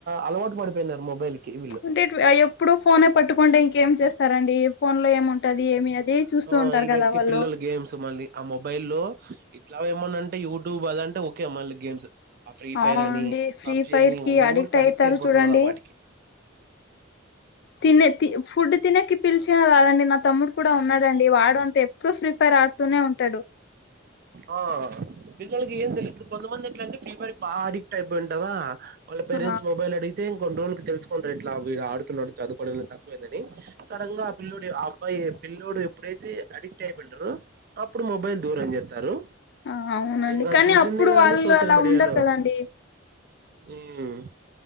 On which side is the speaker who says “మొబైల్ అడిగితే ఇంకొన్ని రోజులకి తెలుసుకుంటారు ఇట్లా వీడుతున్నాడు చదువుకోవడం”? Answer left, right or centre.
Right